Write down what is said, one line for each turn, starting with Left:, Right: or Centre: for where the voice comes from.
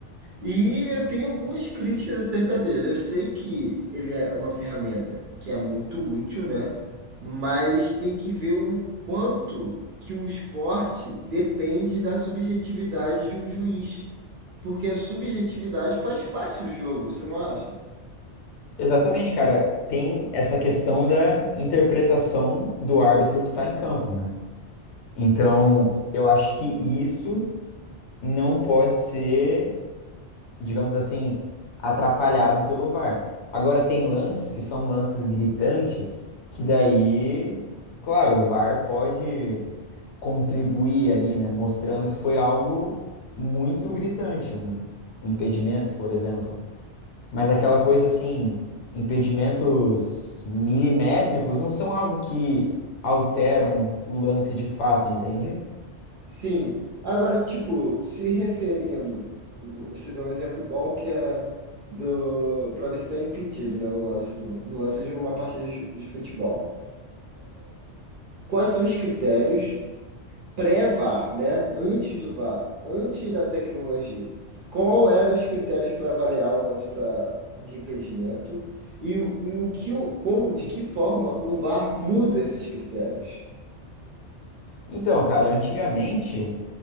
Right: E eu tenho algumas críticas acerca dele. Eu sei que ele é uma ferramenta que é muito útil, né? Mas tem que ver o quanto que o esporte depende da subjetividade de um juiz, porque a subjetividade faz parte do jogo, você não acha?
Left: Exatamente, cara. Tem essa questão da interpretação do árbitro que tá em campo, né? Então, eu acho que isso não pode ser. digamos assim, atrapalhado pelo VAR. Agora tem lances que são lances gritantes, que daí, claro, o VAR pode contribuir ali, né, mostrando que foi algo muito gritante, um, um impedimento, por exemplo. Mas aquela coisa assim, impedimentos milimétricos não são algo que alteram o lance de fato, entende?
Right: Sim. Agora, tipo, se referindo, você deu um exemplo bom que é do para ver se está impedido, né, no lance do, no lance de uma partida de de futebol. Quais são os critérios? pré-VAR, né? Antes do VAR, antes da tecnologia. Qual eram os critérios para avaliar o lance pra, de impedimento e, o, e o que o, como, de que forma o VAR muda esses critérios?
Left: Então, cara, antigamente